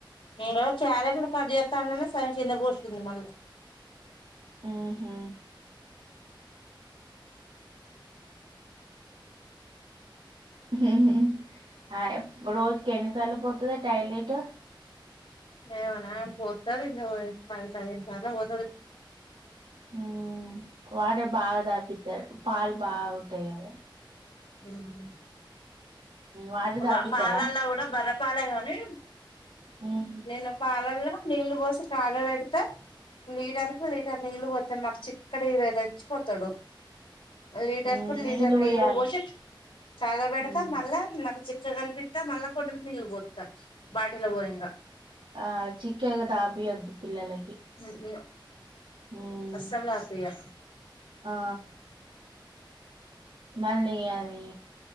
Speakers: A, on the left; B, on the right.
A: ఇంగో క్యారెట్లు కట్ చేస్తాంటేనే సగం కిందపోసింది మళ్ళా
B: హ్మ్ హు హుహు ఆ రోజుకు ఎన్నిసార్లుపోతది టాయిలెటు.
A: ఈమెనా పొత్తాది ఓ పది పదిహేను సార్లో పొత్తది.
B: హ్మ్ వాటర్ బాగా దాప్పితారు. పాల్ బాగొత్తాయ్ గా.
A: హ్మ్
B: వాటర్
A: అద
B: తాపిత్తారా
A: పాలల్లో కూడా బర్రపాలే కాని
B: మ్మ్.
A: నేను పాలల్లో నీళ్లుబోసి తాగబెడితే లీటర్కి లీటర్ నీళ్లు పోతానా చిక్కడివే తెచ్చిపోతాడు లీటర్
B: మ్మ్.
A: కు లీటర్
B: నీళ్ళు
A: నీళ్ళుబోసి
B: పోయాలి
A: కాగా పెడతా
B: మ్మ్.
A: మళ్ళా నక్. చిక్కగానిపిత్తే మళ్ళా కొద్దిగా నీళ్ళు పొత్తా బాటిలో పోయనిగా.
B: ఆ చిక్కగ తాపియొద్దు పిల్లలకి.
A: హు హ్మ్
B: మ్మ్.
A: అస్సల్థాపిగా
B: ఆ. మళ్ళీ అది